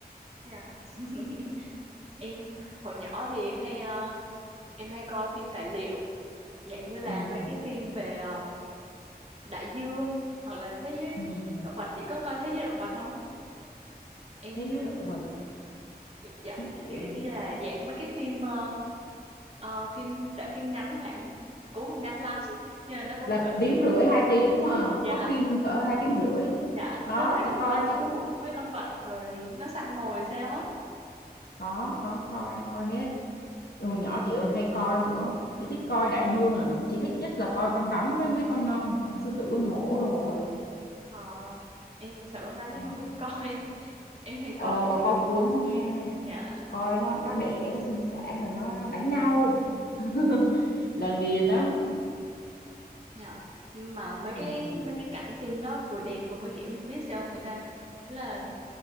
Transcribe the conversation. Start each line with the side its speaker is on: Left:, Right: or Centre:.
Right: dạ <laughs> em hồi nhỏ thì em hay ờ, em hay coi phim tài liệu dạng như là
Left: ừ
Right: mấy cái phim về ờ, đại dương hoặc là thế giới
Left: ừ
Right: động vật chị có coi thế giới động vật không em
Left: thế giới động vật
Right: dạ
Left: chị
Right: kiểu
Left: ờ,
Right: như là dạng mấy cái phim ờ, ờ, phim đại phim ngắn khoảng cũng không ngắn lắm <laughs> nhưng mà nó cũng
Left: là
Right: gọi là
Left: tiếng
Right: phim
Left: rưỡi hai tiếng mà
Right: dạ
Left: có phim cỡ hai tiếng rưỡi
Right: dạ
Left: đó
Right: nó về
Left: chị
Right: cuộc
Left: coi
Right: sống
Left: chứ
Right: của mấy con vật rồi nó săn mồi sao á
Left: có có coi coi hết hồi nhỏ chị còn hay coi nữa chị thích coi đại dương à chị thích nhất là coi con rắn với mấy con ờ, sư tử con hổ đồ á
Right: Ờ, em cũng sợ con rắn nên
Left: Ừ.
Right: không dám coi <laughs> em hay
Left: ờ
Right: coi mấy
Left: mà coi cuốn lắm nha
Right: dạ
Left: coi nó nó đẻ nó sinh sản rồi nó đánh nhau <laughs> là ghiền lắm
Right: dạ mà mấy cái
Left: ừ
Right: mấy cái cảnh phim nó vừa đẹp vừa nguy hiểm không biết sao người ta tức là